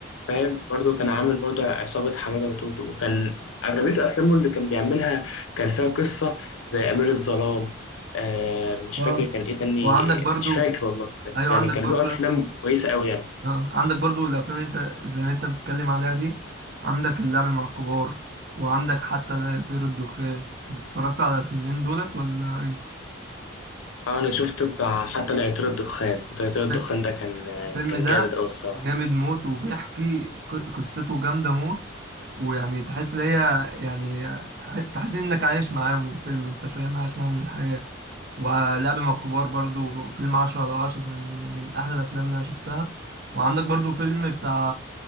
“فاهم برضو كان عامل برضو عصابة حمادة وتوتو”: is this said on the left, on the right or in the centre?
Left